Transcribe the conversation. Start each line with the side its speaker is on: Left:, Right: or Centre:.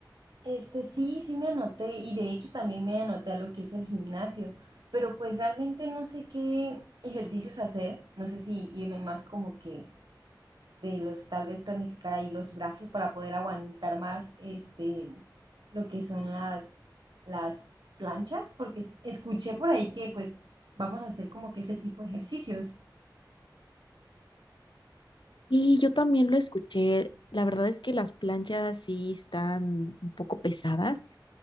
Right: Este, sí, sí me anoté y de hecho también me anoté a lo que es el gimnasio, pero pues realmente no sé qué ejercicios hacer, no sé si irme más como que de los tal vez tonificar ahí los brazos para poder aguantar más este lo que son las las planchas, porque es- escuché por ahí que pues vamos a hacer como que ese tipo de ejercicios.
Left: Y yo también lo escuché. La verdad es que las planchas sí están un poco pesadas.